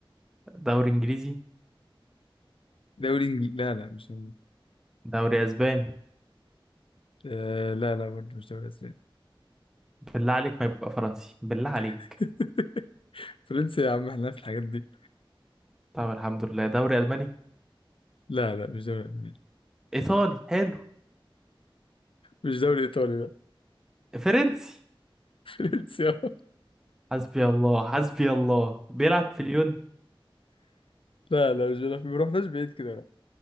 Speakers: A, in the centre; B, on the left (about 70°).
A: دوري انجليزي
B: دوري إنجليزي لا لا مش
A: دوري اسباني
B: آه لا لا برضه مش دوري أسباني
A: بالله عليك ما يبقى فرنسي بالله عليك
B: <laughs> فرنسي يا عم احنا في الحاجات دي
A: طب الحمد لله دوري الماني
B: لا لا مش دوري ألماني
A: ايطالي حلو
B: مش دوري إيطالي لا
A: فرنسي
B: <laughs> فرنسي آه.
A: حسبي الله حسبي الله بيلعب في ليون
B: لا لا مش لا ما رحناش بعيد كده لا